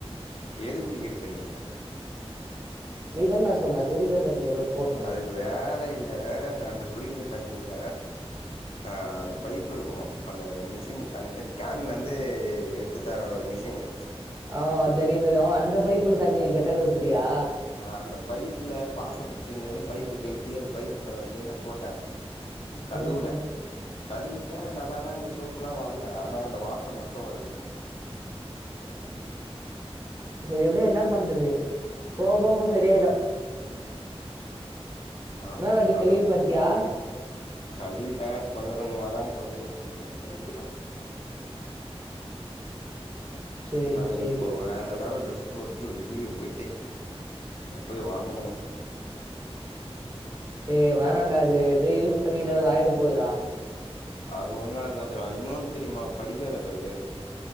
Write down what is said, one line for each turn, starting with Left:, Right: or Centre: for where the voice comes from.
Left: எது குடிக்கிற தண்ணி
Right: நீதான்டா சொன்ன குடிக்கிற தண்ணிக்கு ஏதோ போடணுன்னு
Left: அது வேலைல அந்த குடிக்கிற தண்ணில ஆ அந்த பைப் இருக்கு அந்த மிஷின் கன் கேன்லந்து வித்தார ஒரு மிஷின்னு
Right: ஓ தெரியு தெரியு அந்த பைப்புல தண்ணி டெட்டால் ஊத்துட்டியா
Left: ஆ அந்த பைப்புல பாச புடிச்சிருந்துன்னு பைப்பை கைட்டி அந்த பைப்புல வந்து நா போட்டே கழுவுனே
Right: ம் ம்
Left: கழுவிட்டே நல்லாதா இங்க சோப்புல்லா வர்ல ஆனா அந்த வாசம் மட்டு வர்து
Right: <inaudible> சரி வுடு என்னா பண்றது போக போக போ சரியாயிடு
Left: ஆமா
Right: இன்னோர் வாட்டி
Left: ஆ
Right: கழுவி பாத்தியா
Left: கழுவிட்டே கொஞ்ச கொஞ்சமாதா கொறையு அது அப்டிதா
Right: <unintelligible> சேரி
Left: நா
Right: சேரி
Left: இப்போ வேற ஏதாவ்து ட்ரெஸ் போட் வுட்டு வெளியே போயிட்டு அது போயி வாங்கணு
Right: ஏ
Left: ஆமா
Right: வேணாண்டா அது எது யூஸ் பண்ணி எதாவ்து ஆயிட போதுடா
Left: அது ஒண்ணு ஆகாதுடா இன்னொன் தெரிமா படிக்கார கல்லு